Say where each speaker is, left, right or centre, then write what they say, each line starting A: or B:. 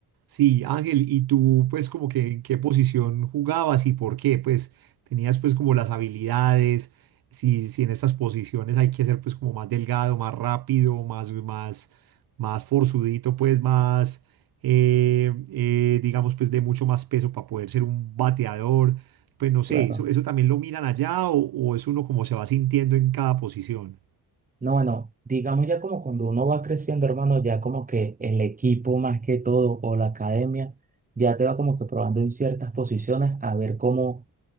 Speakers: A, on the right; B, on the right.
A: Sí, Ángel, ¿y tú pues como que en qué posición jugabas y por qué? Pues tenías pues como las habilidades, si, si en estas posiciones hay que ser pues como más delgado, más rápido, más, más, más forzudito, pues más, eh, eh, digamos pues de mucho más peso para poder ser un bateador, pues no sé,
B: Claro.
A: eso, eso también lo miran allá o, o es uno como se va sintiendo en cada posición.
B: No, bueno, digamos ya como cuando uno va creciendo, hermano, ya como que el equipo más que todo o la academia ya te va como que probando en ciertas posiciones a ver cómo